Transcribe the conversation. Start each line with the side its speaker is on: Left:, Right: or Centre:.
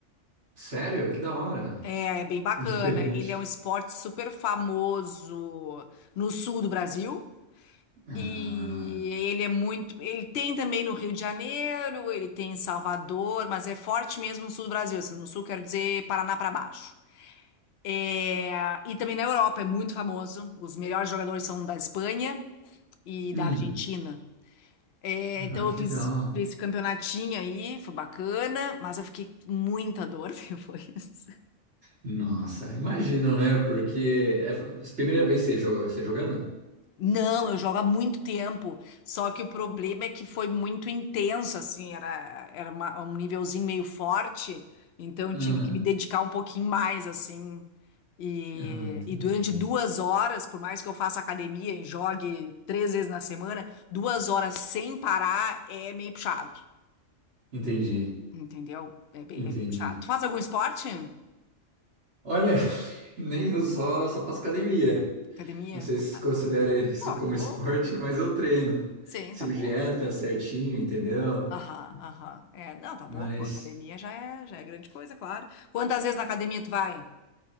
Right: Sério? Que da hora.
Left: É é bem bacana.
Right: Diferente.
Left: Ele é um esporte super famoso no sul do Brasil.
Right: Ah,
Left: E ele é muito. Ele tem também no Rio de Janeiro, ele tem em Salvador, mas é forte mesmo no sul do Brasil. Assim, no sul, quero dizer Paraná para baixo. É, e também na Europa é muito famoso. Os melhores jogadores são da Espanha e
Right: hum,
Left: da Argentina. É, então
Right: ah, que
Left: eu fiz
Right: legal.
Left: esse campeonatinho aí, foi bacana, mas eu fiquei com muita dor <laughs> depois.
Right: Nossa, imagino, né? Porque é a primeira vez que você jo- você jogando?
Left: Não, eu jogo há muito tempo. Só que o problema é que foi muito intenso, assim, era, era uma- um nívelzinho meio forte, então
Right: Ah,
Left: eu tive que me dedicar um pouquinho mais, assim. E,
Right: ah, entendi.
Left: e durante duas horas, por mais que eu faça academia e jogue três vezes na semana, duas horas sem parar é meio puxado,
Right: Entendi.
Left: entendeu? É bem,
Right: Entendi.
Left: é bem puxado. Tu faz algum esporte?
Right: Olha, <laughs> nem eu só, só faço academia.
Left: Academia?
Right: Não sei se
Left: Ah,
Right: considera
Left: Tá bom.
Right: isso
Left: Pô,
Right: como
Left: tá bom,
Right: esporte,
Left: pô.
Right: <laughs> mas eu treino.
Left: Sim,
Right: Sigo
Left: tá bom.
Right: dieta certinho, entendeu?
Left: Aham, aham. É, não, tá bom,
Right: Mas,
Left: pô, academia já é, já é grande coisa, claro. Quantas vezes na academia tu vai?